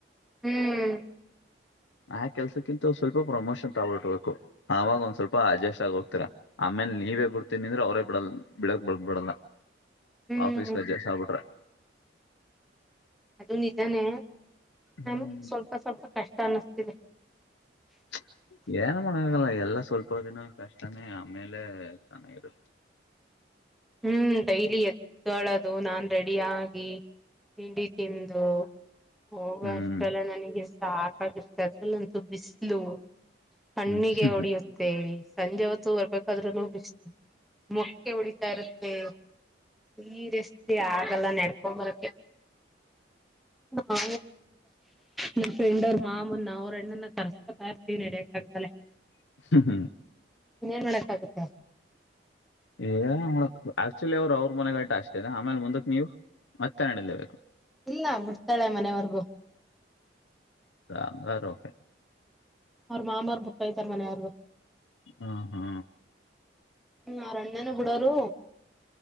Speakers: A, in the centre; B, on the left.
A: ಹ್ಮ್
B: ಆ ಕೆಲ್ಸಕ್ಕಿಂತ ಸ್ವಲ್ಪ ಪ್ರಮೋಷನ್ ತಗಬಿಡ್ಬೇಕು ಅವವಾಗ ಒಂದ್ ಸ್ವಲ್ಪ ಅಡ್ಜಸ್ಟ್ ಆಗ ಹೋಗ್ತರ ಆಮ ಆೇಲೆ ನೀವೇ ಬಿಡ್ತೀನಿಂದ್ರೆ ಅವ್ರೇ ಬಿಡಲ್ ಬಿಡಕ್ ಬಿ ಬಿಡಲ್ಲ
A: ಹ್ಮ್
B: ಆಫೀಸ್ ಕಜ್ಜಸ್ ಆಗ್ಬಿಟ್ರೆ.
A: ಅದು ನಿಜಾನೇ
B: ಹ್ಮ್
A: ನಮಗೆ ಸ್ವಲ್ಪ ಸ್ವಲ್ಪ ಕಷ್ಟ ಅನಿಸ್ತಿದೆ
B: <unintelligible> ಏನ್ ಮಾಡಕಲ್ಲ ಎಲ್ಲ ಸ್ವಲ್ಪ ದಿನ ಕಷ್ಟನೇ ಆಮೇಲೆ ಚೆನ್ನಾಗಿರುತ್ತೆ
A: ಹ್ಮ್ ಡೈಲಿ ಎದ್ದಳದು ನಾನ್ ರೆಡಿ ಆಗಿ ತಿಂಡಿ ತಿಂದು ಹೋಗ
B: ಹ್ಮ್
A: ಅಷ್ಟಲ್ಲ ನನಗೆ ಸಾಕಾಗಿರುತ್ತೆ ಅದ್ರಲ್ಲಂತು ಬಿಸ್ಲು ಕಣ್ಣಿಗೆ
B: ಹ್ಮ್ ಹ್ಮ್
A: ಹೊಡಿಯುತ್ತೆ ಸಂಜೆ ಹೊತ್ತು ಬರ್ಬೇಕಾದ್ರೂ ಬಿಸ ಮಕ್ಕೆ ಹೊಡ ತ ಇರುತ್ತೆ ಸೀರಿಯಸ್ಲಿ ಆಗಲ್ಲ ನೆಡ್ಕೊ್ಂಬರಕ ಹಾ ನ ಫ್ರೆಂಡ್ ಅವ ಮಾಮ್ಮ ನಾ ಣ್ಣನ್ನ ತರ್ಸ್ಕೊತ ಇತವಿ ನಡಕ್ಾಗಲೆ
B: ಹ್ಮ್ ಹ್ಮ್
A: ಇನ್ನ ಏನ್ ಮಾಡಕ್ಕಾಗುತ್ತೆ
B: ಏ ಆಕ್ಚುಲಿ ಅವ್ರು ಅವ್ರ ಮನೆಗಳಟ ಅಷ್ಟೇನೆ ಆಮೇಲೆ ಮುಂದಕ್ ನೀವು ಮತ್ತೆ ನಡಲೇಬೇಕು
A: ಇಲ್ಲ ಬಿಡ್ತಾಳೆ ಮನವರ್ಗೂ
B: ಇಂಗಾರಓಕೆ
A: ಅವ್ರ ಮಾಮ್ರ ಪುಟ್ಟ ಯ್ತಾರ ಮನ್ ಯಾರ್ಗು
B: ಹಾ ಹಾ
A: ಹ್ಮ್ ಅರನ್್ಯನ ಬಿಡೋರು